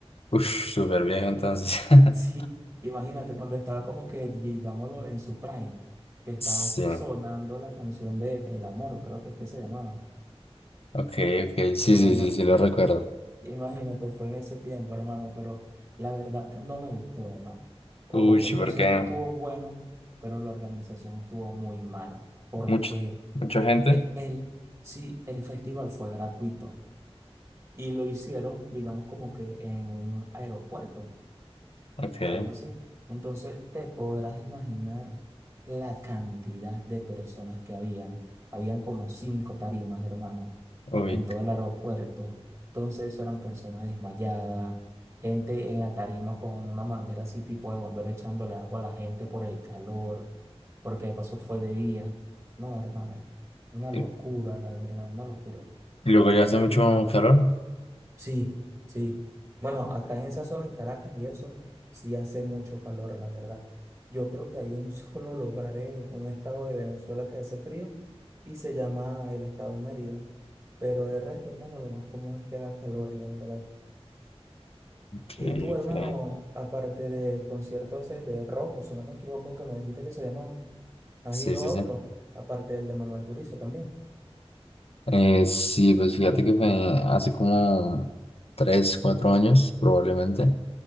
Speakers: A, on the left (about 65°); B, on the right (about 30°).
A: Uf, súper viejo entonces. <laughs>
B: Sí, imagínate cuando estaba como que, digámoslo, en su prime, que estaba
A: Sí, ok,
B: sonando la canción de El Amor, creo que es que se llamaba.
A: ok. Sí,
B: Bueno,
A: sí, sí, sí, lo recuerdo.
B: imagínate, fue en ese tiempo, hermano, pero la verdad no me gustó, hermano. Ojo,
A: Uy, sí,
B: el
A: porque
B: concierto estuvo bueno, pero la organización estuvo muy mala, porque
A: mucho, mucha gente.
B: el, sí, el festival fue gratuito y lo hicieron, digamos, como que en un aeropuerto.
A: Ok,
B: algo así. Entonces te podrás imaginar la cantidad de personas que habían. Habían como cinco tarimas, hermano,
A: uy.
B: en todo el aeropuerto. Entonces eso eran personas desmayadas, gente en la tarima con una manguera así tipo de bombero echándole agua a la gente por el calor, porque de paso fue de día. No, hermano, una
A: Y
B: locura, la verdad, una locura.
A: Luego ya hace mucho calor.
B: Sí, sí. Bueno, acá en esa zona, en Caracas y eso, sí hace mucho calor, la verdad. Yo creo que hay un <laughs> solo lugar, eh, un estado de Venezuela que hace frío y se llama el estado Mérida. Pero el resto, hermano, lo más común es que haga calor, la verdad.
A: ok,
B: Y tú, hermano,
A: ok.
B: aparte del concierto ese de Rojo, si no me equivoco, que me dijiste que se llamaba, ¿has
A: Sí,
B: ido
A: sí,
B: a
A: sí.
B: otro? Aparte del de Manuel Turizo también.
A: Eh, sí, pues fíjate que fue hace como tres, cuatro años, probablemente.